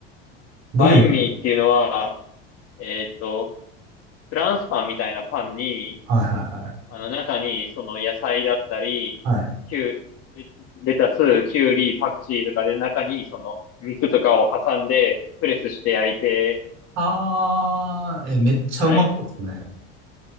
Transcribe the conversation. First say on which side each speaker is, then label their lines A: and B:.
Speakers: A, on the right (about 55°); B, on the left (about 50°).
A: どういう
B: バインミーっていうのは、えっと、フランスパンみたいなパンに、
A: はいはい
B: あの中に、その野菜だったり、
A: はい。
B: キュレレタス、キュウリ、パクチーとかで中に、その肉とかを挟んで、プレスして焼いて、
A: あー、え、めっちゃうまそうですね。
B: はい。